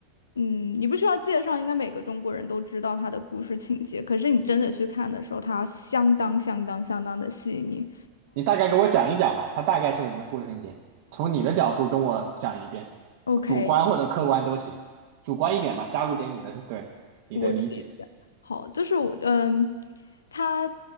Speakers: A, on the left (about 70°); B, on the right (about 50°).
A: 嗯，你不需要介绍，应该每个中国人都知道它的故事情节。可是你真的去看的时候，它相当相当相当的细腻。
B: 你大概给我讲一讲吧，它大概是什么故事情节？从你的角度跟我讲一遍，
A: OK，OK，
B: 主观或者客观都行，主观一点吧，加入点你的，对，你的理解
A: 我的理解，好，就是我，嗯，他，